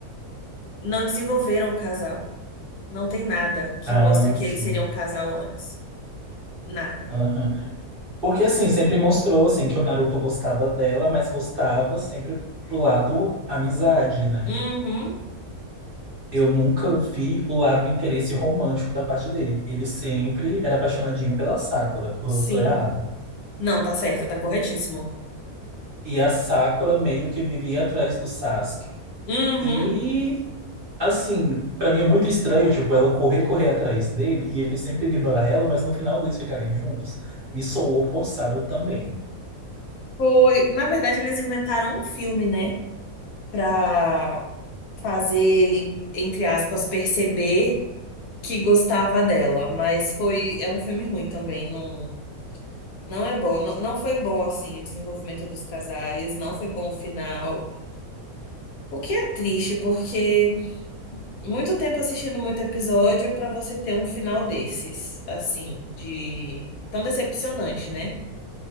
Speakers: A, on the left (about 70°); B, on the right (about 45°).
A: não desenvolveram o casal. Não tem nada que
B: ah,
A: mostre que
B: sim.
A: eles seriam um casal antes. Nada.
B: Aham. Porque, assim, sempre mostrou, assim, que o Naruto gostava dela, mas gostava sempre do lado amizade, né?
A: Uhum.
B: Eu nunca vi o lado interesse romântico da parte dele. Ele sempre era apaixonadinho pela Sakura. Ou
A: Sim.
B: Eu tô errado.
A: Não, tá certo, tá corretíssimo.
B: E a Sakura meio que vivia atrás do Sasuke.
A: Uhum.
B: E Assim, pra mim é muito estranho, tipo, ela correr, correr atrás dele e ele sempre ignorar ela, mas no final eles ficarem juntos, me soou forçado também.
A: Foi, na verdade eles inventaram um filme, né? para fazer ele, entre aspas, perceber que gostava dela, mas foi, é um filme ruim também, não, não é bom, não, não foi bom assim o desenvolvimento dos casais, não foi bom o final. O que é triste, porque muito tempo assistindo muito episódio para você ter um final desses, assim, de tão decepcionante, né?